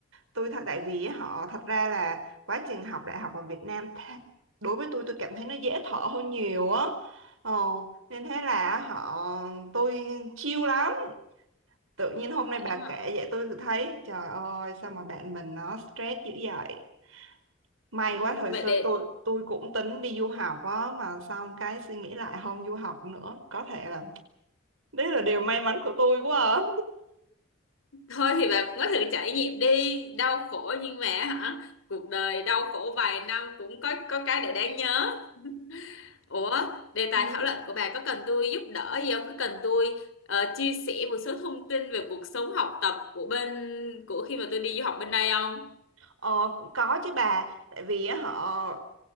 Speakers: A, on the right; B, on the left.
A: tôi thật tại vì họ thật ra là quá trình học đại học ở Việt Nam tha- đối với tôi tôi cảm thấy nó dễ thở hơn nhiều á ờ, nên thế là họ tôi chill lắm tự nhiên hôm nay
B: vậy
A: bà
B: hả
A: kể vậy tôi tự thấy trời ơi sao mà bạn mình nó stress dữ vậy May
B: ừ,
A: quá thời
B: vậy
A: xưa
B: để
A: tôi tôi cũng tính đi du học á mà xong cái suy nghĩ lại không du học nữa có thể là đấy là điều may
B: ừ.
A: mắn của tôi quá à.
B: thôi thì bà cũng có thử trải nghiệm đi đau khổ nhưng mà hả cuộc đời đau khổ vài năm cũng có có cái để đáng nhớ <laughs> ủa đề
A: Ừ.
B: tài thảo luận của bà có cần tôi giúp đỡ gì không có cần tôi ờ, chia sẻ một số thông tin về cuộc sống học tập của bên của khi mà tôi đi du học bên đây không
A: Ờ, cũng có chứ bà tại vì á, họ